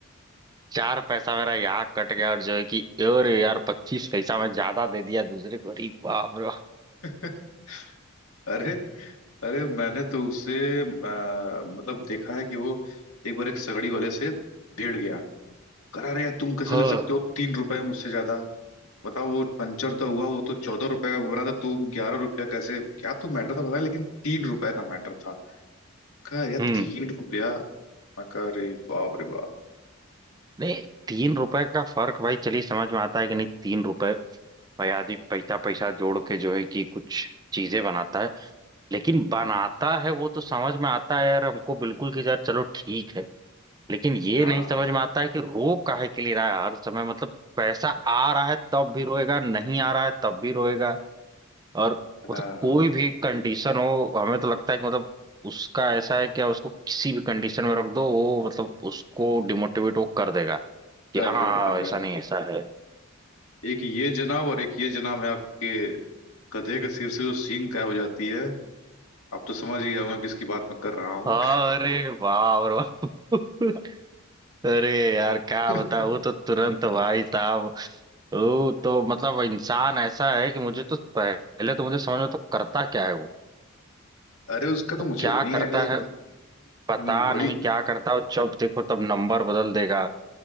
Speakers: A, on the right; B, on the left.
A: चार पैसा मेरा यहाँ कट गया और जो है कि और यार पच्चीस पैसा मैं ज्यादा दे दिया दूसरे को अरे बाप रे
B: <laughs> अरे अरे मैंने तो उसे आ, मतलब देखा है कि वो एक बार एक सगड़ी वाले से भिड़ गया करा रहे यार तुम कैसे
A: हाँ
B: ले सकते हो तीन रुपए मुझसे ज्यादा बताओ वो पंचर तो हुआ वो तो चौदह रुपए का बना था तुम ग्यारह रुपया कैसे क्या तो मैटर था पता है लेकिन तीन रुपए का मैटर था कहा यार
A: हम्म
B: तीन रुपया मैं कहा, अरे बाप रे बाप
A: नहीं तीन रुपए का फर्क भाई चलिए समझ में आता है कि नहीं तीन रुपए भाई आदमी पैसा पैसा जोड़ के जो है कि कुछ चीजें बनाता है लेकिन बनाता है वो तो समझ में आता है यार हमको बिल्कुल कि यार चलो ठीक है लेकिन ये
B: हाँ
A: नहीं समझ में आता है कि रो काहे के लिए रहा है हर समय मतलब पैसा आ रहा है तब भी रोएगा नहीं आ रहा है तब भी रोएगा और मतलब
B: हाँ,
A: कोई भी कंडीशन हो हमें तो लगता है कि मतलब उसका ऐसा है कि आप उसको किसी भी कंडीशन में रख दो वो मतलब उसको डिमोटिवेट वो कर देगा
B: कर
A: कि हाँ
B: देगा कर देगा
A: ऐसा नहीं ऐसा है
B: एक ये जनाब और एक ये जनाब है आपके गधे के सिर से जो सींग गायब हो जाती है आप तो समझ ही गए होंगे किसकी बात मैं कर रहा हूँ
A: अरे वाह अरे वाह। <laughs> अरे यार क्या
B: <laughs>
A: बताऊँ वो तो तुरंत भाई साहब वो तो मतलब इंसान ऐसा है कि मुझे तो पहले तो मुझे समझ में तो करता क्या है वो
B: अरे उसका तो
A: तो
B: मुझे
A: क्या
B: भी नहीं
A: करता
B: आइडिया
A: है
B: कि हम्म,
A: पता
B: बड़ी
A: नहीं क्या करता है और जब देखो तब नंबर बदल देगा